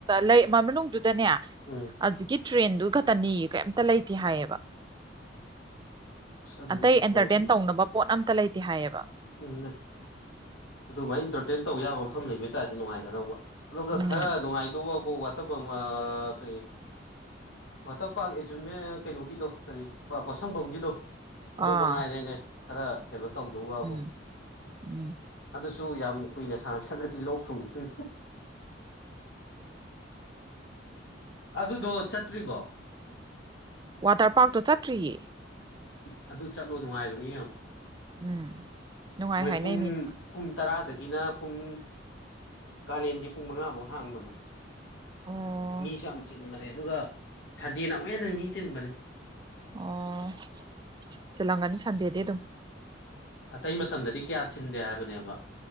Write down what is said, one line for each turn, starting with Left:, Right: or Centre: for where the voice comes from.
Right: ꯂꯩ ꯃꯅꯨꯡꯗꯨꯗꯅꯦ
Left: ꯎꯝ
Right: ꯍꯧꯖꯛꯀꯤ ꯇ꯭ꯔꯦꯟꯗꯨ ꯈꯛꯇꯥꯅꯦꯌꯦ ꯀꯩꯝꯇ ꯂꯩꯇꯦ ꯍꯥꯏꯌꯦꯕ
Left: ꯑꯁ ꯑꯗꯨꯗꯤ
Right: ꯑꯇꯩ
Left: ꯕꯤꯠ
Right: ꯑꯦꯟꯇꯔꯇꯦꯟ
Left: ꯌꯥꯎꯗꯦ
Right: ꯇꯧꯅꯕ ꯄꯣꯠ ꯑꯝꯇ ꯂꯩꯇꯦ ꯍꯥꯏꯌꯦꯕ
Left: ꯎꯝ ꯑꯗꯨꯃꯥꯏꯅ ꯏꯟꯇꯔꯇꯦꯟ ꯇꯧꯕ ꯌꯥꯕ ꯃꯐꯝ ꯂꯩꯕ ꯇꯥꯔꯗꯤ ꯅꯨꯡꯉꯥꯏꯒꯗꯧꯕ ꯑꯗꯨꯒ
Right: ꯎꯝ
Left: ꯈꯔ ꯅꯨꯡꯉꯥꯏꯗꯧꯕꯕꯨ ꯋꯥꯠꯇꯔ‌ꯄꯥꯛ‌ꯀꯔꯤ ꯋꯥꯇꯔ ꯄꯥꯔꯛ ꯑꯦꯆꯤꯞꯃꯦꯟ ꯀꯩꯅꯣꯒꯤꯗꯣ ꯀꯔꯤ ꯄꯣꯠꯁꯪꯕꯝꯒꯤꯗꯣ ꯑꯗꯨꯃꯛ
Right: ꯑꯥ
Left: ꯉꯥꯏꯔꯦꯅꯦ ꯈꯔ ꯀꯩꯅꯣ ꯇꯧꯗꯧꯕꯥꯕꯨ
Right: ꯎꯝ ꯎꯝ <unintelligible>
Left: ꯑꯗꯨꯁꯨ ꯌꯥꯝ ꯀꯨꯏꯅ ꯁꯥꯟꯅ ꯁꯜꯂꯗꯤ ꯂꯣꯛ ꯊꯨꯡꯗꯨꯏꯅꯤ ꯑꯗꯨꯗꯣ ꯆꯠꯇ꯭ꯔꯤꯕꯣ
Right: ꯋꯥꯇꯔ ꯄꯥꯛꯇꯣ ꯆꯠꯇ꯭ꯔꯤꯌꯦ
Left: ꯎꯝ ꯑꯗꯨ ꯆꯠꯂꯣ ꯅꯨꯡꯉꯥꯏꯕꯅꯦ ꯌꯦꯡꯉꯣ
Right: ꯎꯝ ꯅꯨꯡꯉꯥꯏ
Left: ꯃꯣꯏ
Right: ꯍꯥꯏꯅꯩ
Left: ꯄꯨꯡ
Right: ꯃꯤꯅ
Left: ꯄꯨꯡ ꯇꯔꯥꯗꯒꯤ ꯒꯤꯅ ꯄꯨꯡ ꯀꯥꯂꯦꯟꯗꯤ ꯄꯨꯡ ꯃꯉꯥꯐꯧ ꯍꯥꯡꯕꯅꯦ
Right: ꯑꯣ
Left: ꯃꯤꯁꯨ ꯌꯥꯝ ꯆꯤꯟꯕꯅꯦ ꯑꯗꯨꯒ ꯁꯟꯗꯦꯅ ꯑꯃꯨꯛ ꯍꯦꯟꯅ ꯃꯤ ꯆꯤꯟꯕꯅꯦ
Right: ꯑꯣ ꯆꯤꯜꯂꯝꯒꯅꯤ ꯁꯟꯗꯦꯗꯤ ꯑꯗꯨꯝ
Left: ꯑꯇꯩ ꯃꯇꯝꯗꯗꯤ ꯀꯌꯥ ꯆꯤꯟꯗꯦ ꯍꯥꯏꯕꯅꯦꯕ